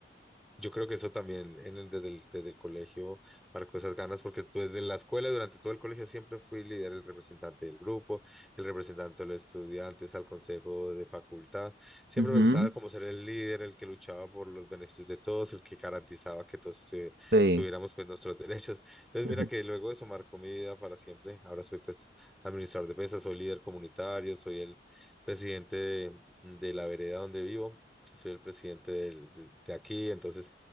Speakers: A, in the centre; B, on the right.
A: yo creo que eso también en el, desde el, desde el colegio marcó esas ganas, porque tú desde la escuela, durante todo el colegio, siempre fui líder, el representante del grupo, el representante de los estudiantes al consejo de facultad. Siempre
B: ujú,
A: me gustaba como ser el líder, el que luchaba por los beneficios de todos, el que garantizaba que todos eh,
B: Sí.
A: tuviéramos pues nuestros <laughs> derechos. Entonces
B: <laughs>
A: mira que luego eso marcó mi vida para siempre. Ahora soy pues administrador de pesas, soy líder comunitario, soy el presidente de de la vereda donde vivo soy el presidente del- de, de aquí, entonces